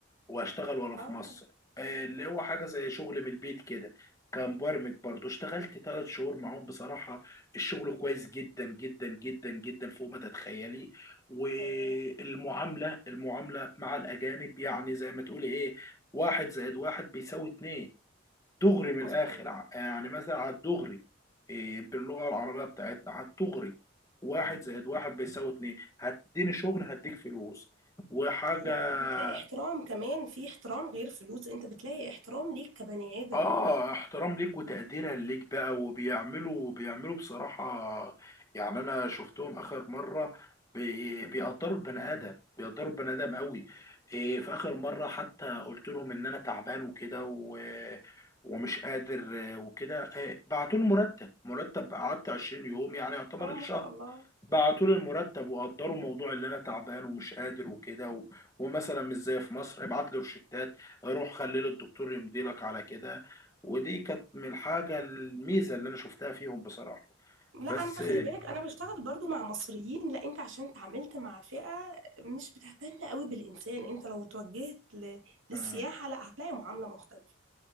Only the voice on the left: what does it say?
واشتغل وانا في
مصر آه، اللي هو حاجة زي شغل من البيت كده كمبرمج برضو اشتغلت ثلاث شهور معاهم بصراحة الشغل كويس جدا جدا جدا جدا فوق ما تتخيلي والمعاملة
المعاملة مع الأجانب يعني زي ما تقولي ايه واحد زائد واحد بيساوي اتنين دغري من
الاخر ع- يعني مثلا على الدغري إيه، باللغه العربيه بتاعتنا على الدغري واحد زائد واحد بيساوي اتنين هتديني شغل هديك فلوس وحاجه
اه احترام ليك وتقديرا ليك بقى وبيعملوا بيعملوا بصراحة يعني انا شفتهم اخر مرة بي- بيقدروا البني ادم بيقدروا البني ادم قوي إيه في اخر مرة حتى قلت لهم ان انا تعبان وكده و... ومش قادر آه، وكده إيه بعتوا لي مرتب مرتب قعدت 20 يوم يعني يعتبر
الشهر
بعتوا لي المرتب وقدروا موضوع اللي انا تعبان ومش قادر وكده و... ومثلا مش زي في مصر ابعت لي روشتات روح خلي لي الدكتور يمضي لك على كده ودي كانت من الحاجه الميزه اللي انا شفتها فيهم بصراحه
بس
آه،